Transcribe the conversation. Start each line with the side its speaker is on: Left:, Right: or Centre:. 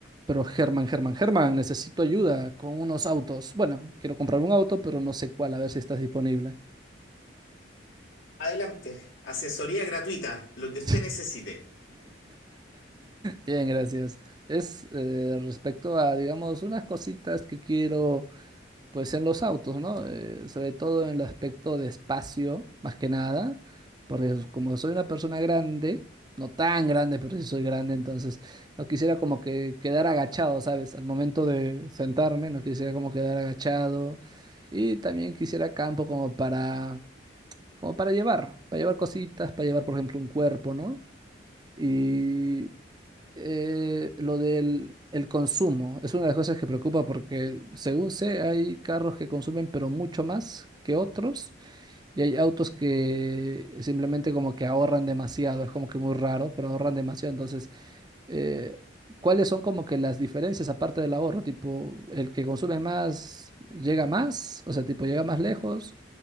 Right: Pero Germán, Germán, Germán, necesito ayuda con unos autos. Bueno, quiero comprar un auto, pero no sé cuál, a ver si estás disponible.
Left: Adelante, asesoría gratuita, lo que usted
Right: <laughs>
Left: necesite.
Right: Bien, gracias. Es eh, respecto a, digamos, unas cositas que quiero Pues en los autos, ¿no? Eh, sobre todo en el aspecto de espacio, más que nada, porque es- como soy una persona grande, no tan grande, pero sí soy grande, entonces no quisiera como que quedar agachado, ¿sabes? Al momento de sentarme, no quisiera como quedar agachado y también quisiera campo como para, como para llevar, para llevar cositas, para llevar, por ejemplo, un cuerpo, ¿no? Y eh, lo del el consumo es una de las cosas que preocupa porque, según sé, hay carros que consumen pero mucho más que otros y hay autos que simplemente como que ahorran demasiado, es como que muy raro, pero ahorran demasiado. Entonces, eh, ¿cuáles son como que las diferencias aparte del ahorro? Tipo, el que consume más llega más, o sea, tipo llega más lejos,